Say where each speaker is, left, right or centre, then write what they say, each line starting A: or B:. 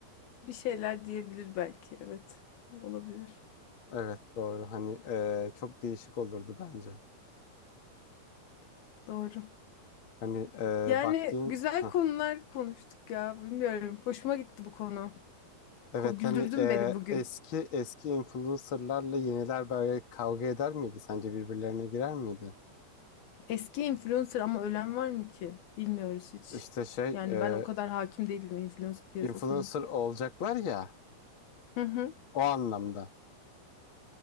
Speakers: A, on the left; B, on the left.
A: bir şeyler diyebilir belki. Evet, olabilir.
B: Evet doğru. Hani e, çok değişik olurdu bence.
A: Doğru.
B: Hani e,
A: Yani
B: baktığın...
A: güzel
B: Hı.
A: konular konuştuk ya. Bilmiyorum. Hoşuma gitti bu konu.
B: Evet
A: Ko güldürdün
B: hani e,
A: beni bugün.
B: eski eski influencerlarla yeniler böyle kavga eder miydi? Sence birbirlerine girer miydi?
A: Eski influencer ama ölen var mı ki? Bilmiyoruz hiç.
B: İşte şey
A: Yani
B: e,
A: ben o kadar hakim değilim influencer piyasasına.
B: influencer olacaklar ya
A: Hı hı.
B: o anlamda.